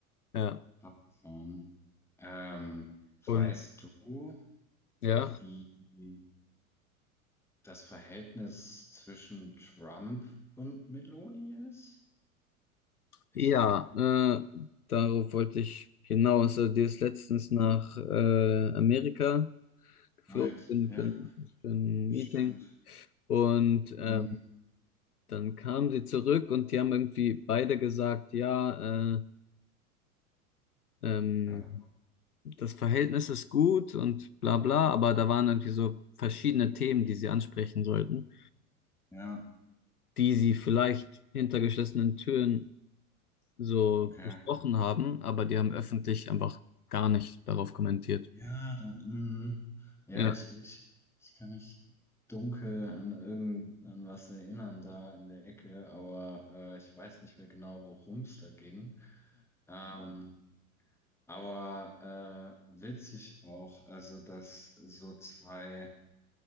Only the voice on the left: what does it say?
ja.
Und
ja.
Ja, äh, darauf wollte ich hinaus. Also, die ist letztens nach äh, Amerika geflogen
für, ein- für ein
Meeting. Und ähm,
Dann kamen sie zurück und die haben irgendwie beide gesagt, ja, äh, ähm,
das Verhältnis ist gut und bla bla, aber da waren irgendwie so verschiedene Themen, die sie ansprechen sollten,
die sie vielleicht hinter geschlossenen Türen so
besprochen haben, aber die haben öffentlich einfach gar nicht darauf kommentiert.
Ja,